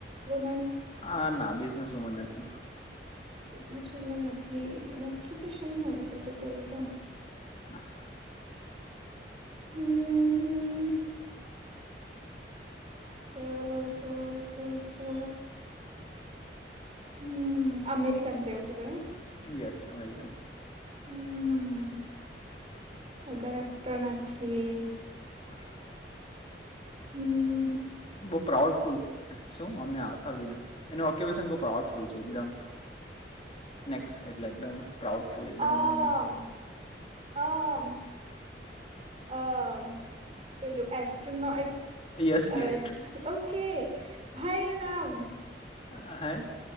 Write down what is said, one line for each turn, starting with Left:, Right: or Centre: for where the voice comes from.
Right: વુમેન
Left: આ ના બિઝનેસ વુમેન નથી.
Right: બિઝનેસ વુમેન નથી એનું ઓક્યુપેશન હોય શકે તો એવું તો.
Left: હા.
Right: હમ્મ હમ્મ. આ તો તો તો હમ્મ અમેરિકન છેે એવું કીધું હે.
Left: Yes American.
Right: હમ્મ અગર <unintelligible> નથી.
Left: <inaudible>
Right: હમ્મ.
Left: બો પ્રાઉડ ફૂલ શું અને આથાર બી નથી એનું ઓક્યુેશન બો પ્રાઉડ ફૂલ છે એકદમ નેક્સ્ટ એટલે એકદમ પ્રાઉડફુલ એકદમ
Right: આમ
Left: એનું
Right: આમ આ પેલું એસ્ટ્રોનોટ
Left: યસ
Right: <unintelligible>
Left: યસ
Right: ઓકે ભાઈનું નામ
Left: આ હાય